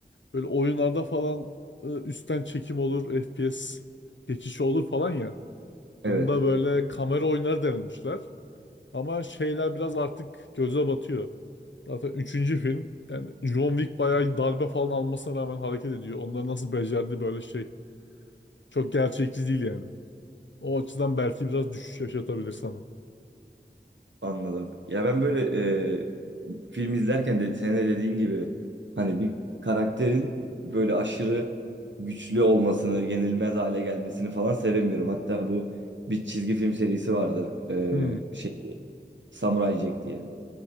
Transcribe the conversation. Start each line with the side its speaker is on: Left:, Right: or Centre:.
Left: Böyle oyunlarda falan e, üstten çekim olur, FPS geçişi olur falan ya.
Right: Evet,
Left: Bunda böyle kamera oyunları denemişler. Ama şeyler biraz artık göze batıyor. Zaten üçüncü film yani John Wick bayağı darbe falan almasına rağmen hareket ediyor. Onlar nasıl becerdi böyle şey. Çok gerçekçi değil yani. O açıdan belki biraz düşüş yaşatabilir sana.
Right: anladım. Ya ben böyle e, film izlerken de senin de dediğin gibi hani bir karakterin böyle aşırı güçlü olmasını, yenilmez hale gelmesini falan sevemiyorum. Hatta bu bir çizgi film serisi vardı. Ee,
Left: Hmm.
Right: şey Samurai Jack diye.